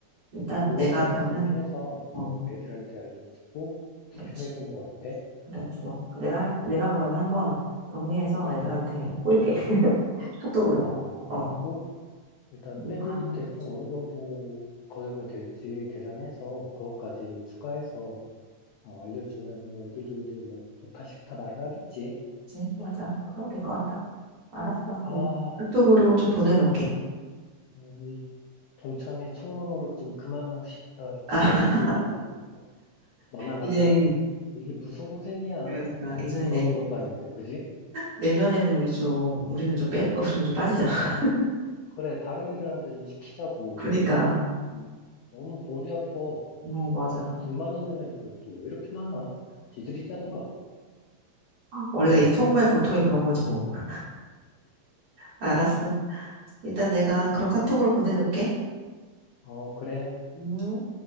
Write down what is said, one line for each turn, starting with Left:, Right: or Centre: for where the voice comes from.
Right: 일단
Left: 그것까지
Right: 내가 그러면,
Left: 정리해서
Right: 어,
Left: 어, 애들한테 알려주고 투표해보는
Right: 그렇지.
Left: 거 어때?
Right: 그래, 좋아. 내가, 할- 내가 그러면
Left: 음.
Right: 한번 정리해서 애들한테 뿌릴게. 카톡으로.
Left: 어, 그리고
Right: 어,
Left: 일단
Right: 이거
Left: 회비도
Right: 가능
Left: 대충 어느 정도 거두면 될지 계산해서 그것까지 추가해서 어, 알려주면 뭐 애들도 이제 뭐 좋다 싫다 말을 하겠지.
Right: 괜찮지? 맞아. 그럼 될 것 같다. 알았어. 그럼
Left: 아,
Right: 카톡으로 좀 보내놓게.
Left: 음, 이 동창회 청문회로 좀 그만하고 싶다. 지들이
Right: 아, <laughs>
Left: 좀 하지 좀. 너나 나나
Right: 이제,
Left: 이게 무슨 고생이야.
Right: 그러니까, 이전에
Left: 돈
Right: 내,
Left: 나오는 것도 아닌데, 그지?
Right: 내년에는 우리 좀, 우리는 좀 빼, 우리는 좀 빠지자. <laughs>
Left: 어, 그래, 다른 애들한테 좀 시키자고.
Right: 그러니까,
Left: 우리도 좀, 좀 너무 머리 아파.
Right: 어, 맞아.
Left: 아니, 불만 있는 애들은 또 왜 이렇게 많아? 지들이 짜든가,
Right: 원래
Left: 그지?
Right: 이 속말 고통이 그런 거지 뭐. <laughs> 알았어. 일단 내가
Left: 응.
Right: 그럼 카톡으로 보내놓게.
Left: 어, 그래.
Right: 음.